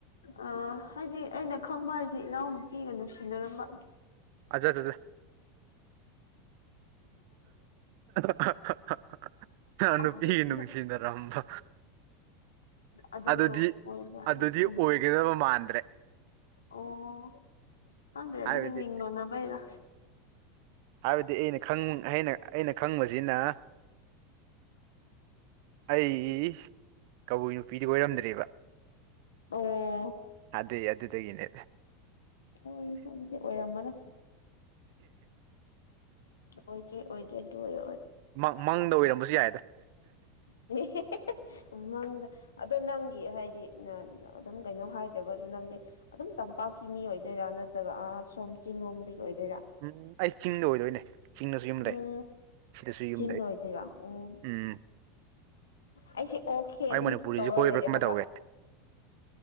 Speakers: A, on the left (about 70°); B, on the right (about 50°).
A: ꯑ ꯍꯥꯏꯗꯤ ꯑꯩꯅ ꯈꯪꯕ ꯍꯥꯏꯁꯦ ꯏꯅꯥꯎꯅꯨꯄꯤꯒ ꯅꯨꯡꯁꯤꯅꯔꯝꯕ
B: ꯊꯥꯖꯗꯦꯗ ꯍ ꯍ ꯍ ꯍ ꯅꯨꯄꯤꯒꯤ
A: ꯑꯗꯨꯗꯨꯅ
B: ꯅꯨꯡꯁꯤꯅꯔꯝꯕ
A: ꯑꯗꯨꯗꯣ
B: ꯑꯗꯨꯗꯤ
A: ꯑꯣꯏꯕ꯭ꯔꯥꯅ
B: ꯑꯗꯨꯗꯤ
A: ꯈꯟꯕ
B: ꯑꯣꯏꯒꯗꯕ ꯃꯥꯟꯗ꯭ꯔꯦ
A: ꯑꯣ ꯈꯪꯗ꯭ꯔꯦ ꯑꯗꯨꯗꯤ
B: ꯍꯥꯏꯕꯗꯤ
A: ꯃꯤꯡ ꯃꯅꯥꯕꯩꯔ
B: ꯍꯥꯏꯕꯗꯤ ꯑꯩꯅ ꯈꯪ ꯑꯩꯅ ꯑꯩꯅ ꯈꯪꯕꯁꯤꯅ ꯑꯩꯒꯤ ꯀꯕꯨꯏ ꯅꯨꯄꯤꯗꯤ ꯑꯣꯏꯔꯝꯗ꯭ꯔꯤꯕ
A: ꯑꯣ
B: ꯑꯗꯨꯏ ꯑꯗꯨꯒꯤꯅꯦ
A: ꯍꯣꯢ ꯑꯗꯨꯗꯤ ꯑꯣꯏꯔꯝꯃꯔꯣꯏ ꯑꯣꯏꯗ꯭ꯔꯦ ꯑꯣꯏꯗ꯭ꯔꯦ ꯑꯗꯨ ꯑꯣꯏꯔ
B: ꯃꯪ ꯃꯪꯗ ꯑꯣꯏꯔꯝꯕꯁꯨ ꯌꯥꯏ
A: ꯍꯦ ꯍꯦ ꯍꯦ ꯍꯦ ꯃꯪꯗ ꯑꯗꯣ ꯅꯪ ꯗꯤ ꯍꯥꯏꯗꯤ ꯅ ꯑꯗꯨꯝ ꯀꯩꯅꯣ ꯍꯥꯏꯗ꯭ꯔꯒꯁꯨ ꯅꯪꯁꯦ ꯑꯗꯨꯝ ꯇꯝꯄꯥꯛꯀꯤ ꯃꯤ ꯑꯣꯏꯗꯣꯏꯔꯥ ꯅꯠꯇ꯭ꯔꯒ ꯑ ꯑ ꯁꯣꯝ ꯆꯤꯡꯔꯣꯝꯗꯒꯤ ꯑꯣꯏꯗꯣꯏꯔ
B: ꯎꯝ ꯑꯩ ꯆꯤꯡꯗ ꯑꯣꯏꯗꯣꯏꯅꯦ ꯆꯤꯡꯗꯁꯨ ꯌꯨꯝ ꯂꯩ
A: ꯎꯝ
B: ꯁꯤꯗꯁꯨ ꯌꯨꯝ
A: ꯆꯤꯡꯗ
B: ꯂꯩ
A: ꯑꯣꯏꯗꯣꯏꯔꯥ ꯑꯣ
B: ꯎꯝ
A: ꯑꯩꯁꯦ ꯑꯣꯀꯦ
B: ꯑꯩ
A: ꯑꯗꯨꯝ
B: ꯃꯅꯤꯄꯨꯔꯤꯁꯤ
A: ꯇꯧꯔ
B: ꯀꯣꯏꯕ꯭ꯔꯥ
A: ꯂꯩꯔꯦ
B: ꯀꯃꯥꯏꯅ
A: ꯍꯥꯏꯕ
B: ꯇꯧꯒꯦ